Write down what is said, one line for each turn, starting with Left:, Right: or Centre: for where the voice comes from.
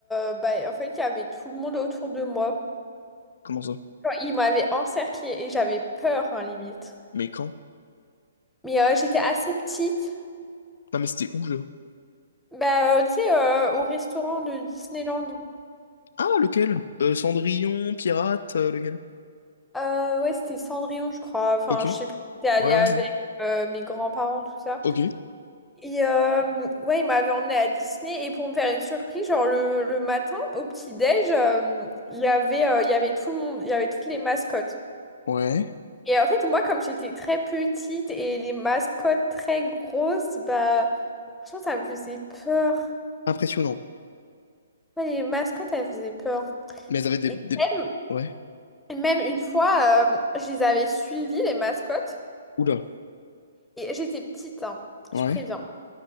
Centre: euh, bah en fait il y avait tout le monde autour de moi.
Left: Comment ça?
Centre: Genre, Ils m'avaient encerclée et j'avais peur hein, limite.
Left: Mais quand?
Centre: Mais euh, j'étais assez petite.
Left: Non, mais c'était où, je.
Centre: Bah euh, tu sais euh, au restaurant de Disneyland.
Left: Ah, lequel? Euh, Cendrillon, Pirate, euh, lequel?
Centre: Euh, ouais, c'était Cendrillon, je crois. Enfin,
Left: Ok.
Centre: je sais plus, j'étais allée
Left: Ouais,
Centre: avec
Left: ouais, ouais.
Centre: euh, mes grands-parents, tout ça.
Left: Ok.
Centre: Et euh, ouais, il m'avait emmenée à Disney. Et pour me faire une surprise, genre le, le matin, au petit-déj, euh, il y avait, euh, il y avait tout le monde, il y avait toutes les mascottes.
Left: Ouais.
Centre: Et en fait, moi, comme j'étais très petite et les mascottes très grosses, bah, franchement, ça me faisait peur.
Left: Impressionnant.
Centre: Ouais, les mascottes, elles faisaient peur.
Left: Mais elles avaient des,
Centre: Et
Left: des...
Centre: même,
Left: Ouais.
Centre: et même une fois, euh, je les avais suivies, les mascottes.
Left: Oula.
Centre: Et j'étais petite, hein,
Left: Ouais.
Centre: je préviens.